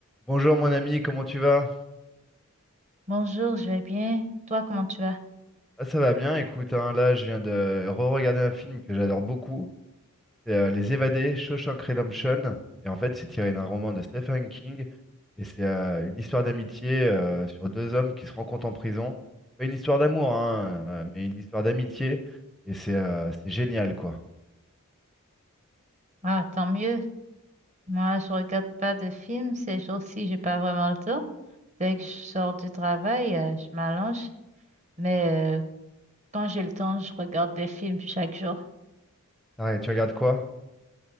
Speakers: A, in the centre; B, on the right.
A: Bonjour mon ami, comment tu vas?
B: Bonjour, je vais bien. Toi, comment tu vas?
A: Ah, ça va bien, écoute, hein, là je viens de re-regarder un film que j'adore beaucoup, c'est euh, Les Évadés, Shawshank Redemption, et en fait c'est tiré d'un roman de Stephen King, et c'est euh, une histoire d'amitié euh, sur deux hommes qui se rencontrent en prison. Pas une histoire d'amour, hein, euh, mais une histoire d'amitié, et c'est euh, c'est génial quoi.
B: Ah, tant mieux. Moi, je regarde pas de films ces jours-ci, j'ai pas vraiment le temps. Dès que je sors du travail, euh, je m'allonge. Mais euh, quand j'ai le temps, je regarde des films chaque jour.
A: Arrête, tu regardes quoi?